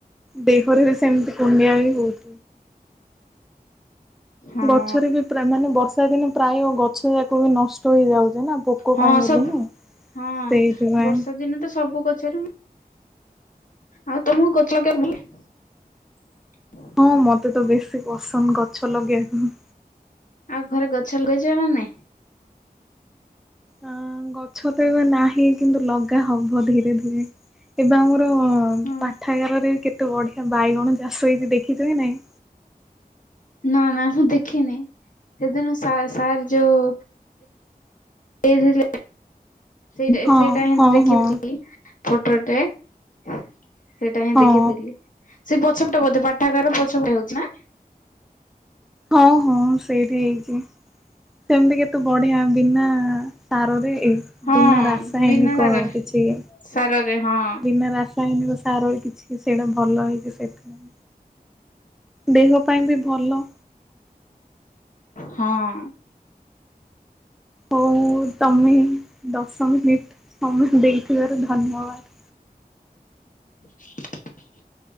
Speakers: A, in the centre; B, on the left.
A: ଦେହରେ ବି ସେମିତି କୁଣ୍ଡିଆ ବି ହୁଏ
B: ହଁ
A: ଗଛରେ ବି ମାନେ ବର୍ଷା ଦିନେ ପ୍ରାୟ ଗଛ ଯାକ ବି ନଷ୍ଟ ହେଇଯାଉଛି ନା ପୋକ
B: ହଁ
A: ପାଇଁ ବୋଲି
B: ସବୁ
A: ହିଁ।
B: ହଁ
A: ସେଇଥିପାଇଁ
B: ବର୍ଷା ଦିନେ ତ ସବୁ ଗଛରେ ଆଉ ତମକୁ ଗଛ ଲଗେଇବାକୁ ଭଲ ଲାଗେ
A: ହଁ ମତେ ତ ବେଶୀ ପସନ୍ଦ ଗଛ ଲଗେଇବାକୁ
B: ଆଉ ଘରେ ଗଛ ଲଗେଇଛ ନା ନାଇଁ
A: ଆ ଗଛ ତ ଏବେ ନାହିଁ କିନ୍ତୁ ଲଗା ହବ ଧୀରେ ଧୀରେ ଏବେ ଆମର
B: ହଁ
A: ପାଠାଗାରରେ କେତେ ବଢିଆ ବାଇଗଣ ଚାଷ ହେଇଛି ଦେଖିଛ କି ନାଇଁ
B: ନାଁ ନାଁ ମୁଁ ଦେଖିନି ସେଦିନ ସା ସାର୍ ଯୋଉ ଲଗେଇଥିଲେ ସେ ସେଟା
A: ହଁ
B: ସେଇଟା ହିଁ
A: ହଁ
B: ଦେଖିଥିଲି
A: ହଁ
B: ଛୋଟ ଟୋ ସେଇଟା ହିଁ
A: ହଁ
B: ଦେଖିଥିଲି ସେଇ ପଛ ପଟୋ ବଧେ ପାଠାଗାରର ପଛପଟୋ ହଉଛି ନାଁ
A: ହଁ ହଁ ସେଇଠି ହେଇଛି ସେମିତି କେତେ ବଢିଆ ବିନା ସାରରେ
B: ହଁ
A: ବିନା ରାସାୟନିକ
B: ବିନା ସାରରେ
A: କିଛି
B: ସାରରେ ହଁ
A: ବିନା ରାସାୟନିକ ସାରରେ କିଛି ସେଇଟା ଭଲ ହେଇଛି ସେଥିପାଇଁ ଦେହ ପାଇଁ ବି ଭଲ
B: ହଁ
A: ହଉ ତମେ ଦଶ ମିନିଟି ସମୟ ଦେଇଥିବାର ଧନ୍ୟବାଦ୍
B: ସଟଟ